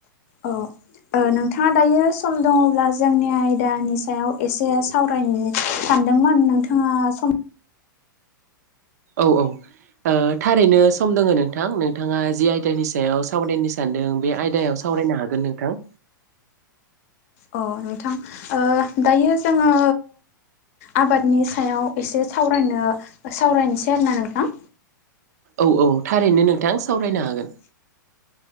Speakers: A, on the left; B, on the right.
A: औ। नोंथाङा दायो सम दङब्ला जोंनि आयदानि सायाव एसे सावरायनो सानदोंमोन नोंथाङा सम
B: औ औ। थारैनो सम दोङो नोंथां नोंथाङा जि आयदानि सायाव सावरायनो सानदों बे आयदायाव सावरायनो हागोन नोंथां।
A: औ नोंथां दायो जोङो आबादनि सायाव एसे सावरायनो सावरायनोसै आरो ना नोंथां।
B: औ औ थारैनो नोंथां सावरायनो हागोन